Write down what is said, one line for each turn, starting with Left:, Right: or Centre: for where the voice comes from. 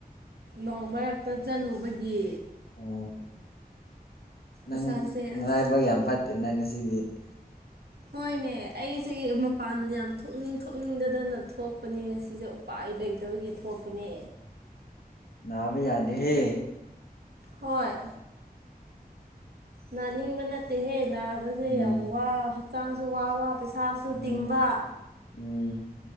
Right: ꯅꯣꯡ ꯃꯔꯛꯇ ꯆꯠꯂꯨꯕꯒꯤ
Left: ꯑꯣ ꯅꯪ
Right: ꯏꯁꯥꯁꯦ
Left: ꯅꯔꯥꯏꯕꯛ
Right: ꯑꯁ
Left: ꯌꯥꯝ ꯐꯠꯇꯦ ꯅꯪ ꯉꯁꯤꯗꯤ
Right: ꯍꯣꯏꯅꯦ ꯑꯩꯁꯦ ꯃꯄꯥꯟ ꯌꯥꯝ ꯊꯣꯛꯅꯤꯡ ꯊꯣꯛꯅꯤꯡꯗꯗꯅ ꯊꯣꯛꯄꯅꯦ ꯉꯁꯤꯖꯦ ꯄꯥꯏ ꯂꯩꯇꯕꯒꯤ ꯊꯣꯛꯄꯅꯦ
Left: ꯅꯥꯕ ꯌꯥꯗꯦꯍꯦ
Right: ꯍꯣꯏ ꯅꯥꯅꯤꯡꯕ ꯅꯠꯇꯦꯍꯦ ꯅꯥꯕꯖꯦ
Left: ꯎꯝ
Right: ꯌꯥꯝ ꯋꯥ ꯍꯛꯆꯥꯡꯁꯨ ꯋꯥꯕ ꯄꯩꯁꯥꯁꯨ
Left: ꯎꯝ
Right: ꯇꯤꯡꯕ
Left: ꯎꯝ